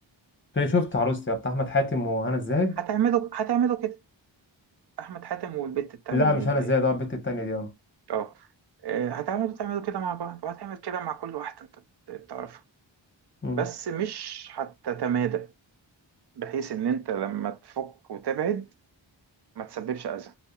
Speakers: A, on the left; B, on the right.
A: في شفت عروستي بتاع احمد حاتم وهنا الزاهد
B: هتعمله هتعمله كده احمد حاتم والبت التانية
A: لا
B: دي
A: مش
B: اللي
A: هنا الزاهد
B: هي
A: اه البت التانيه دي
B: اه آه، هتعملوا تعملوا كده مع بعض وهتعمل كده مع كل واحدة انت بتعرفها
A: اه
B: بس مش هتتمادى بحيث ان انت لما تفك وتبعد ما تسببش اذى